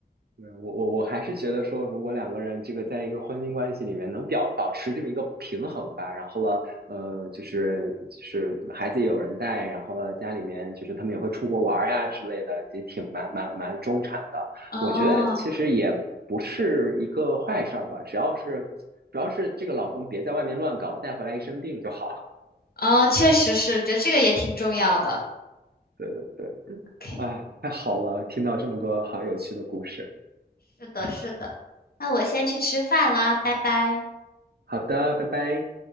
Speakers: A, on the right; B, on the left.
A: 对，我我我还是觉得说，如果两个人这个在一个婚姻关系里面能表保持这么一个平衡吧，然后了，呃，就是就是孩子也有人带，然后了家里面就是他们也会出国玩儿呀之类的，也挺蛮蛮蛮中产的。
B: 哦
A: 我觉得其实也不是一个坏事儿吧，只要是主要是这个老公别在外面乱搞，带回来一身病就好了。
B: 哦，确实是，觉得这个也挺重要的。
A: 对对对，
B: OK，
A: 啊，太好了，听到这么多好有趣的故事。
B: 是的，是的。那我先去吃饭啦，拜拜。
A: 好的，拜拜。